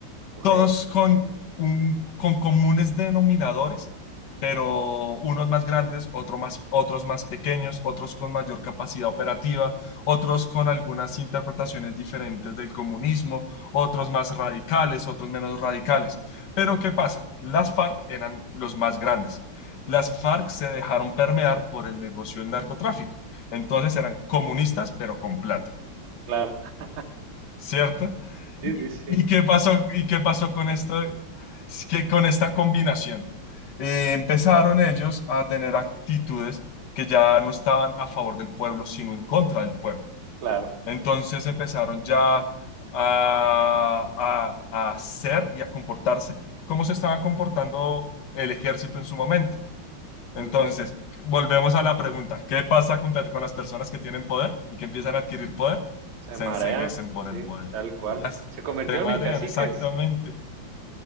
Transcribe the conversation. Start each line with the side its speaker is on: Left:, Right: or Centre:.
Right: ok,
Left: todos con, un, con comunes denominadores, pero unos más grandes, otro más, otros más pequeños, otros con mayor capacidad operativa, otros con algunas interpretaciones diferentes del comunismo, otros más radicales, otros menos radicales. Pero ¿qué pasa? Las FARC eran los más grandes. Las FARC se dejaron permear por el negocio del narcotráfico. Entonces eran comunistas, pero con plata.
Right: claro. <laughs>
Left: ¿cierto?
Right: Sí,
Left: ¿Y,
Right: sí, sí,
Left: y qué pasó, y qué pasó con esto, Es que con esta combinación? Eh, empezaron ellos a tener actitudes que ya no estaban a favor del pueblo, sino en contra del pueblo.
Right: claro,
Left: Entonces empezaron ya a, a a hacer y a comportarse como se estaba comportando el ejército en su momento. Entonces,
Right: tal cual.
Left: volvemos a la pregunta, ¿qué pasa con, per- con las personas que tienen poder y que empiezan a adquirir poder?
Right: Se
Left: Se
Right: marean,
Left: enceguecen por
Right: sí,
Left: el poder.
Right: tal cual.
Left: Ya s-
Right: Se convirtieron
Left: se marean,
Right: en caciques.
Left: exactamente,